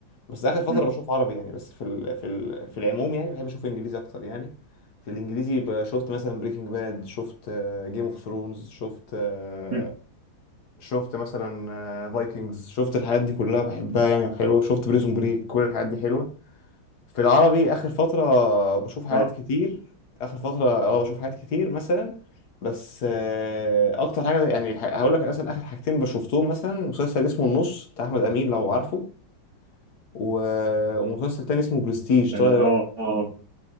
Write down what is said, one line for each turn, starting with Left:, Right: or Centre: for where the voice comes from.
Left: بس اخر فتره
Right: مم.
Left: بشوف عربي يعني بس في ال... في ال... في العموم يعني بحب اشوف انجليزي اكتر يعني في الانجليزي ب- شفت مثلا بريكنج باد شفت جيم اوف ثرونز شفت آه،
Right: مم.
Left: شفت مثلا فايكنجز شفت الحاجات دي كلها بحبها يعني وحلوه شفت بريزون بريك كل الحاجات دي حلوه في العربي اخر فتره بشوف حاجات
Right: اه
Left: كتير اخر فتره اه بشوف حاجات كتير مثلا بس آه، اكتر حاجه يعني ح- هقول لك مثلا اخر حاجتين بشوفتهم مثلا مسلسل اسمه النص بتاع احمد امين لو عارفه و- ومسلسل تاني اسمه برستيج
Right: اه
Left: طالع دلوقتي
Right: اه آه.